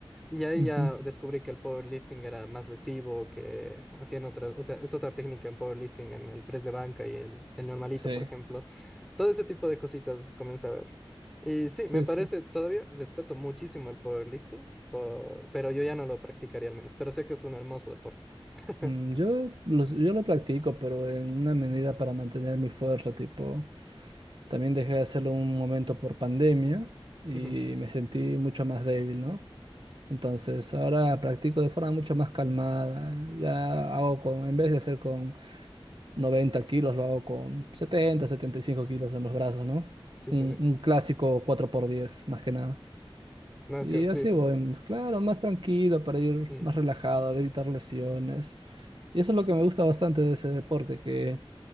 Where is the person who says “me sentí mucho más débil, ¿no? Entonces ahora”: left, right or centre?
Right